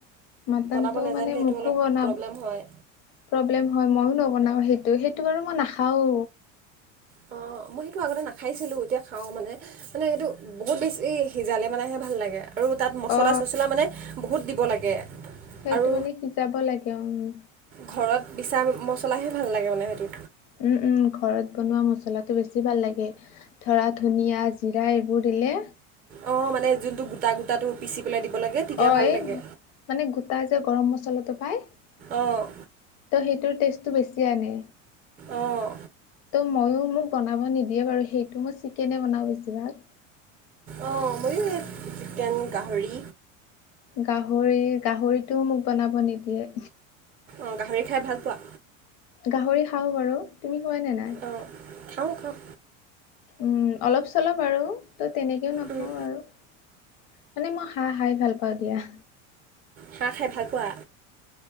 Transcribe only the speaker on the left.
মাটনতটো
মানে
মোকো
বনা
প্ৰব্লেম হয় মইও নবনাও সেইটো সেইটো বাৰু মই নাখাও।
অ
সেইটো
মানে সিজাব লাগে অ উ।
উম উম ঘৰত বনোৱা মছলাটো বেছি ভাল লাগে ধৰা ধনিয়া জিৰা এইবোৰ। দিলে।
অ
এই
মানে গোটাই যে গৰম মছলাটো পাই। ত'
সেইটোৰ টেষ্টটো বেছি আনে।
তো ময়ো। মোক বনাব নিদিয়ে বাৰু সেইটো মই চিকেনে বনাওঁ বেছিভাগ।
গাহৰি গাহৰিটোও মোক বনাব নিদিয়ে।
গাহৰি খাওঁ বাৰু। তুমি খোৱা নে নাই?
উম অলপ চলপ আৰু ত' তেনেকেও নাখাওঁ
আৰু মানে মই হাঁহ খাই ভাল পাওঁ দিয়া।